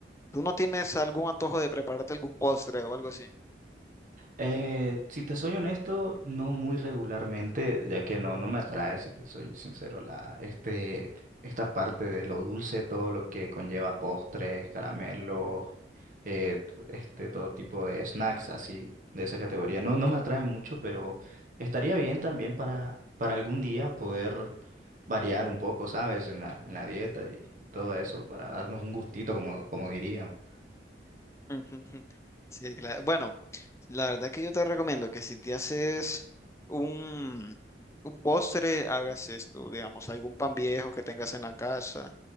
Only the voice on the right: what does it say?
Eh, si te soy honesto, no muy regularmente, ya que no, no me atrae, si te soy sincero, la, este, esta parte de lo dulce, todo lo que conlleva postres, caramelos, eh, t- este, todo tipo de snacks así, de esa categoría. No, no me atrae mucho, pero estaría bien también para, para algún día poder variar un poco, ¿sabes? En la, en la dieta y todo eso, para darnos un gustito, como, como diríamos.